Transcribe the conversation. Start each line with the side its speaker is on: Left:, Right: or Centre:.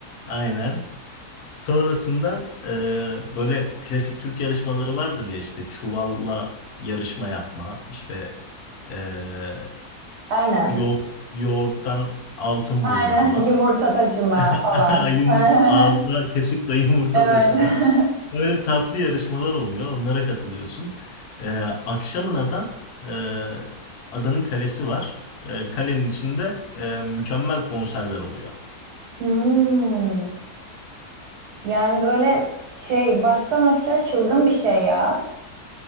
Left: aynen. Sonrasında e, böyle klasik Türk yarışmaları vardır ya işte çuvalla yarışma yapma, işte e,
Right: Aynen.
Left: yoğurt, yoğurttan altın
Right: Aynen.
Left: bulma falan.
Right: <laughs> Yumurta taşıma
Left: <laughs>
Right: falan.
Left: Yumurta,
Right: <laughs>
Left: ağızda kaşıkla yumurta
Right: Evet.
Left: taşıma.
Right: <laughs>
Left: Böyle tatlı yarışmalar oluyor. Onlara katılıyorsun. E, akşamına da e, adanın kalesi var. E, kalenin içinde e, mükemmel konserler oluyor.
Right: Hmm. Yani böyle şey baştan aşağı çılgın bir şey ya.